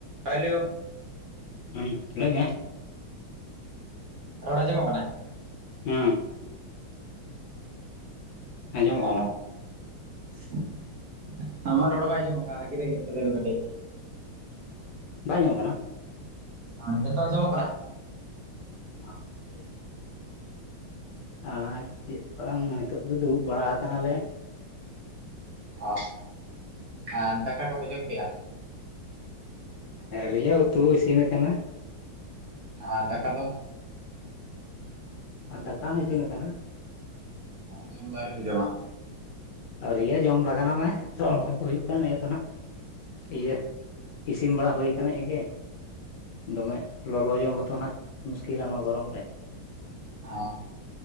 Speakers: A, on the right (about 60°); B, on the left (about 70°).
A: Hello
B: ᱦᱮᱸ ᱞᱟᱹᱭ ᱢᱮ ᱾
A: ᱨᱚᱲ ᱟᱸᱚᱢᱚᱜ ᱠᱟᱱᱟ?
B: ᱦᱩᱸ ᱾ ᱟᱸᱡᱚᱢᱚᱜ ᱠᱟᱱᱟ
A: ᱚ ᱾ ᱟᱢᱟᱜ ᱨᱚᱲ ᱵᱟᱭ ᱡᱚᱢᱚᱜ ᱠᱟᱱᱟ ᱾ ᱨᱟᱜᱤ ᱨᱟᱜᱤ ᱛᱚᱵᱮ ᱠᱟᱹᱴᱤᱡ
B: ᱵᱟᱭ ᱟᱡᱸᱚᱢᱚᱜ ᱠᱟᱱᱟ ᱾
A: ᱟᱨ ᱱᱤᱛᱚᱜ ᱫᱚ ᱟᱸᱡᱚᱢᱚᱜ ᱠᱟᱱᱟ ᱾
B: <inaudible> ᱟᱨ ᱪᱮᱫ ᱵᱟᱝ ᱱᱤᱛᱚᱜ ᱫᱚ ᱫᱩᱲᱩᱵ ᱵᱟᱲᱟ ᱟᱠᱟᱱᱟᱞᱮ ᱾
A: ᱚ, ᱟᱨ ᱫᱟᱠᱟ ᱠᱚᱯᱮ ᱡᱚᱢ ᱠᱮᱜᱼᱟ ᱾
B: ᱟᱹᱣᱨᱤᱭᱼᱟ ᱩᱛᱩ ᱤᱥᱤᱱ ᱟᱠᱟᱱᱟ ᱾
A: ᱟᱨ ᱫᱠᱟ ᱫᱚ?
B: ᱟᱨ ᱫᱟᱠᱟ ᱦᱚᱸᱤᱥᱤᱱ ᱟᱠᱟᱱᱟ ᱾
A: ᱡᱚᱢ ᱫᱚ ᱟᱹᱣᱨᱤ ᱯᱮ ᱡᱚᱢᱟ?
B: ᱟᱹᱨᱤᱭᱟᱹ ᱡᱚᱢ ᱞᱟᱜ ᱱᱟᱞᱮ ᱥᱚᱢᱚᱭ ᱠᱚ ᱦᱩᱭᱩᱜ ᱠᱟᱱᱟ ᱱᱤᱭᱟᱹ ᱫᱚ ᱦᱟᱸᱜ ᱾ ᱤᱭᱟᱹ ᱤᱥᱤᱱ ᱵᱟᱲᱟ ᱦᱩᱭ ᱟᱠᱟᱱᱟ ᱮ ᱜᱮ? ᱫᱚᱢᱮ ᱞᱚᱞᱚ ᱡᱚᱢ ᱦᱚᱸᱛᱚ ᱱᱟᱦᱜ ᱢᱩᱥᱠᱤᱞᱟ ᱱᱚᱣᱟ ᱜᱚᱨᱚᱢ ᱨᱮ ᱾
A: ᱚᱸ ᱾